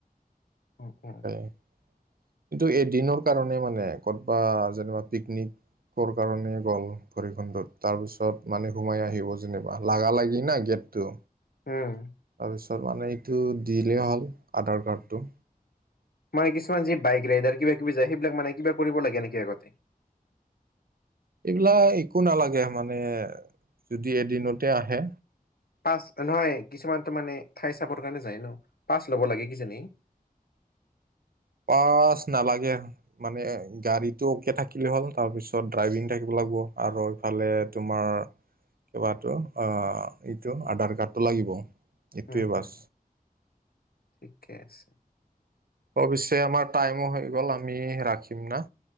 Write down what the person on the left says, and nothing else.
অ
অ
উম।
মানে কিছুমান যি বাইক ৰাইডাৰ কিবা কিবি যায় সেইবিলাক মানে কিবা কৰিব লাগে নেকি আগতে?
পাচ নহয় কিছুমানতো মানে ঠাই চাবৰ কাৰণে যায় ন' পাচ ল'ব লাগে কিজানি?
উম
উম, ঠিকে আছে।